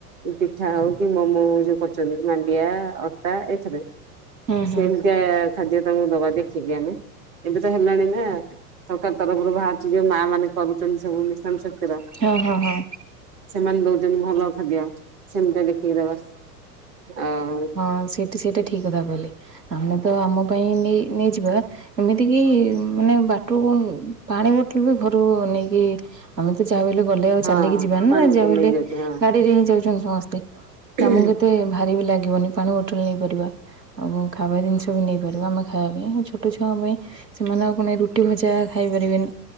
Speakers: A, on the right; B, on the right.
A: ପିଠା ହଉ କି ମୋମୋ ହଉ ଯୋଉ କରୁଛନ୍ତି ମାନେ ଲିଆ ଅଟା ଏଥିରେ
B: ହୁଁ
A: ସେମିତିଆ
B: ହୁଁ
A: ଖାଦ୍ଯ ତାଙ୍କୁ ଦବା ଦେଖିକି ଆମେ ଏବେ ତ ହେଲାଣି ନା ସରକାର ତରଫରୁ ବା ଝିଅ ମା ମାନେ କରୁଛନ୍ତି ସବୁ ମିଶନ୍ ଶକ୍ତିର
B: ହଁ ହଁ ହଁ।
A: ସେମାନେ ଦଉଛନ୍ତି ଭଲ ଖାଦ୍ୟ ସେମିତିଆ ଦେଖିକି ଦବା। ଅ
B: ହଁ ସେଇଠି ସେଇଟା ଠିକ୍ କଥା କହିଲେ ଆମେ ତ ଆମ ପାଇଁ ନେଇ ନେଇଯିବା ଏମିତି କି ମାନେ ବାଟରୁ ପାଣି ବୋଟଲ ବି ଘରୁ ନେଇକି ଆମେ ତ ଯାହା ବଲେ ଗଲେ ଆଉ
A: ହଁ
B: ଚାଲିକି ଯିବାନି
A: ପାଣି
B: ନା
A: ବୋତଲ
B: ଯାହା ବୋଇଲେ
A: ନେଇକି ଯାଉଛି ହଁ
B: ଗାଡିରେ ହିଁ ଯାଉଛନ୍ତି ସମସ୍ତେ।
A: ହୁଁ
B: ତମକୁ କେତେ ଭାରି ବି ଲାଗିବନି ପାଣି ବୋଟଲ ନେଇପାରିବା ଆଉ ଖାଇବା ଜିନିଷ ନେଇପାରିବା ଆମେ ଖାଇବା ପାଇଁ ଆଉ ଛୋଟ ଛୁଆ ପାଇଁ ସେମାନଙ୍କ କ ରୁଟି ଭଜା ଖାଇ ପାରିବେନି।